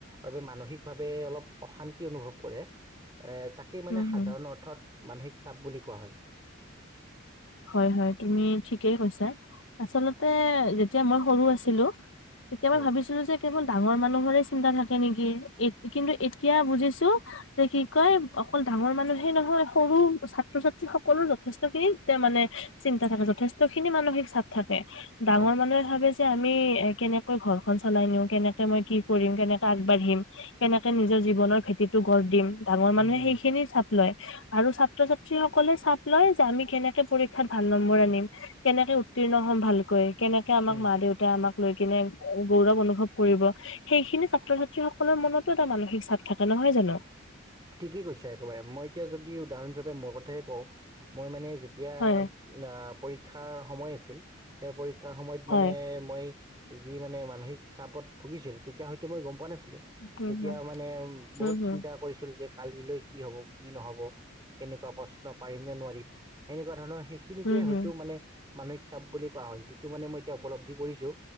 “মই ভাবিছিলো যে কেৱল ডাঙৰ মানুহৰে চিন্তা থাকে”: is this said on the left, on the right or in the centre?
Left